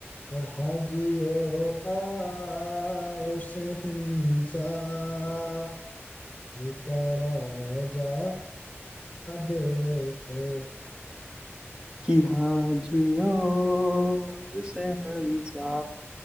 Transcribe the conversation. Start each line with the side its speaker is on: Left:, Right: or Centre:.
Left: ورحا جیو آش ہندس س کرا جا دیکھو
Right: کہ حاں جی ہاں خہنسا